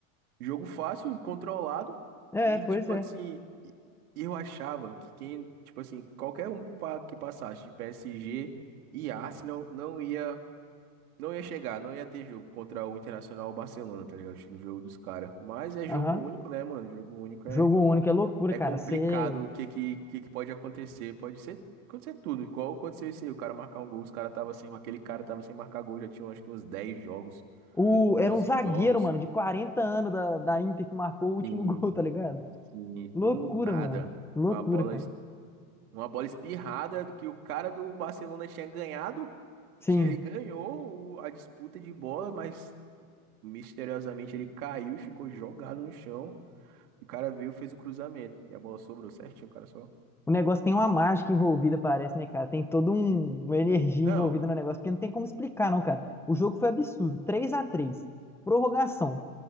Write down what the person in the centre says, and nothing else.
É,
pois
é.
Aham.
Jogo
único é loucura,
cara.
Você.
O...
Era um zagueiro,
mano, de 40 anos da, da Inter que marcou o último
<laughs> gol, tá ligado?
Loucura,
mano. Loucura,
cara.
Sim.
O negócio tem uma mágica envolvida, parece, né, cara? Tem toda um... uma energia
envolvida no negócio, porque não tem como explicar, não, cara. O jogo foi absurdo. Três a três. Prorrogação.